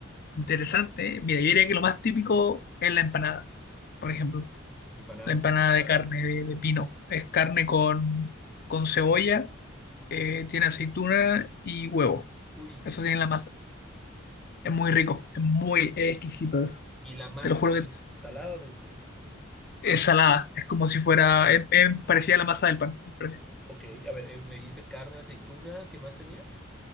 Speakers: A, on the left; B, in the centre.
A: Interesante. ¿eh? Mira, yo diría que lo más típico es la empanada, por ejemplo.
B: Empanada.
A: La empanada de carne de, de pino. Es carne con, con cebolla, eh, tiene aceituna y huevo.
B: Uy, ya
A: Eso
B: sé.
A: tiene la masa. Es muy rico, es muy es exquisito eso.
B: Y la masa
A: Te lo juro que
B: es salada, dulce.
A: es salada. Es como si fuera, es, es parecida a la masa del pan. Muy parecida.
B: Ok, a ver, eh, me dijiste carne, aceituna, ¿qué más tenía?